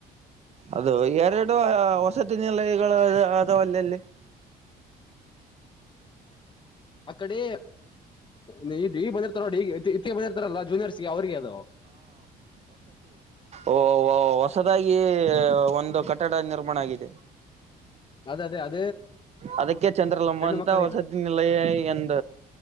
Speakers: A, on the right; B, on the left.
A: ಅದು ಎರಡು ಹೊಸತಿ ನಿಲಯಗಳು ಅದವಲ್ಲಲ್ಲಿ
B: ಆ ಕಡಿ ನಿ ಈಗ ಬಂದಿರ್ತಾರ ನೋಡಿ ಈಗ ಇತ್ತ ಬಂದಿರ್ತಾರಲ್ಲ ಜೂನಿಯರ್ಸ್ಗೆ ಅವ್ರಿಗೆ ಅದೋ
A: ಓ ಹೊಸದಾಗಿ ಒಂದು ಕಟ್ಟಡ ನಿರ್ಮಾಣ ಆಗಿದೆ
B: ಅದೇ ಅದೇದ
A: ಅದಕ್ಕೆ ಚಂದ್ರಲಂಬ ಅಂತ
B: ಮಕ್ಕಳೇ
A: ಹೊಸತಿಿನಿಲ್ಲಯೇ
B: ಇದು
A: ಎಂದ.